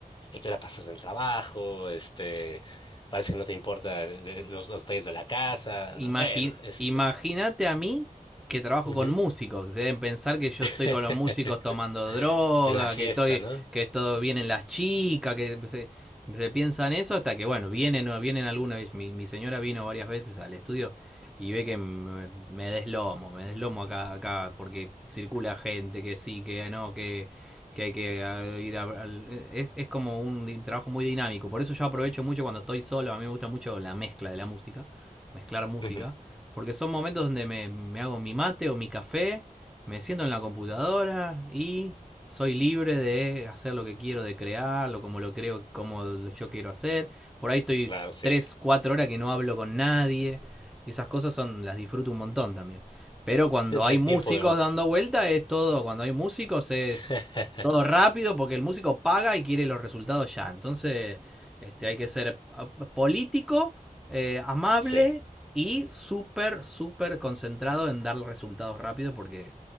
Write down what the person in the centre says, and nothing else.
Imagi-
Imagínate a mí que trabajo
con músicos, que deben pensar que yo
estoy con los músicos tomando droga,
que estoy,
que todo vienen las chicas, que se, se piensan eso hasta que bueno, vienen o vienen alguna vez. Mi, mi señora vino varias veces al estudio y ve que me, me deslomo, me deslomo acá, acá, porque circula gente que sí, que no, que, que hay que ah, ir a... al- es, es como un di- trabajo muy dinámico, por eso yo aprovecho mucho cuando estoy solo, a mí me gusta mucho la mezcla de la música mezclar música,
porque son momentos donde me, me hago mi mate o mi café, me siento en la computadora y soy libre de hacer lo que quiero, de crearlo, como lo creo, como yo quiero hacer. Por ahí estoy
tres 4 horas que no hablo con nadie. Y esas cosas son las disfruto un montón también. Pero cuando
hay
músicos
dando vuelta es todo, cuando hay músicos es
todo rápido porque el músico paga y quiere los resultados ya. Entonces, este hay que ser ah, político, eh, amable
y súper, súper concentrado en dar resultados rápido porque